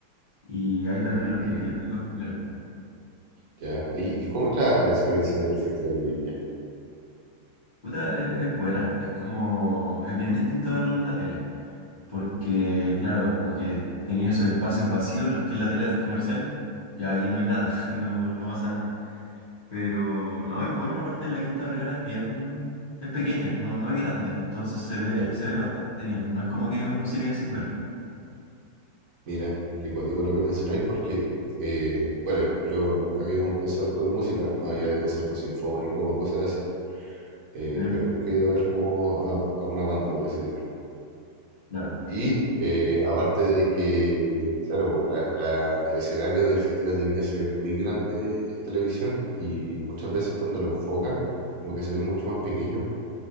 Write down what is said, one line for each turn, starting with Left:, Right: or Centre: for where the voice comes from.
Left: y ahí también
Right: Mm,
Left: los vi, ahí los vi por primera vez.
Right: ya. Oye, ¿y cómo es la, la experiencia de ir al Festival de Viña?
Left: Puta, es, es buena, es como, es bien distinto verlo en la tele. porque claro, como que tenía esos espacios vacíos en los que en la tele dan comerciales, y ahí no hay nada, <laughs> no, no pasa nada. Pero no, es buena, aparte la Quinta Vergara es bien, es pequeña, no, no es grande, entonces se ve,
Right: Claro.
Left: se ve bastante bien, no es como que uno se quede sin ver.
Right: Mira, qué cuático lo que mencionáis porque, eh, bueno, yo nunca he ido a un concierto de música, más allá de conciertos sinfónicos o cosas así, eh,
Left: Mm,
Right: pero nunca he ido a ver como a, a una banda, por así decirlo.
Left: Claro,
Right: Y eh, aparte de que, claro, la- la- el escenario del Festival de Viña se ve muy grande en televisión y muchas veces cuando lo enfocan, como que se ve mucho más pequeño